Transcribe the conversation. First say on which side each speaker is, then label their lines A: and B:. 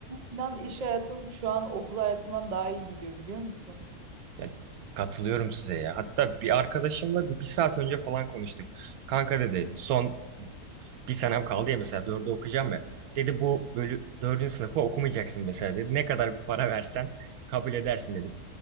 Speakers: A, on the right; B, on the right.
A: İnan iş hayatım şu an okul hayatımdan daha iyi gidiyor biliyor musun?
B: Ya, katılıyorum size ya. Hatta bir arkadaşımla bir, bir saat önce falan konuştuk. Kanka dedi son bir senem kaldı ya mesela dördü okuyacağım ya. Dedi bu bölü dördüncü sınıfı okumayacaksın mesela dedi. Ne kadar bir para versen kabul edersin dedi.